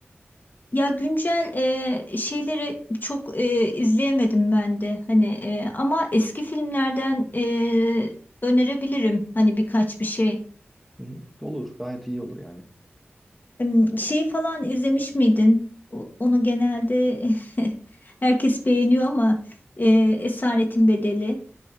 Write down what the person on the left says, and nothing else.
Ya güncel ee, şeyleri çok ee, izleyemedim ben de. Hani ee, ama eski filmlerden ee, önerebilirim hani birkaç bir şey.
Em, Şey falan izlemiş miydin? O- Onu genelde <laughs> herkes beğeniyor ama e, Esaretin Bedeli.